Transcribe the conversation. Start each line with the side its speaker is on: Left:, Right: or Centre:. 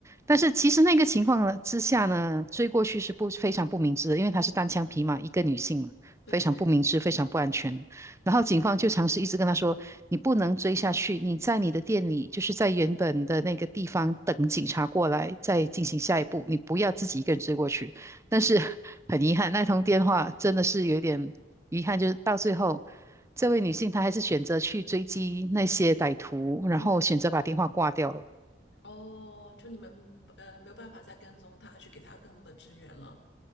Right: 但是其实那个情况呢之下呢，追过去是不非常不明智的，因为她是单枪匹马一个女性嘛，
Left: 对对对，
Right: 非常不明智，非常不安全的然后警方就尝试一直跟他说：“你不能追下去，你在你的店里，就是在原本的那个地方等警察过来，再进行下一步。你不要自己一个人追过去。”但是很遗憾，那通电话真的是有点遗憾，就是到最后，这位女性她还是选择去追击那些歹徒，然后选择把电话挂掉了。
Left: 嗯，哦，就你们呃没有办法再跟踪他，去给他更多的支援了。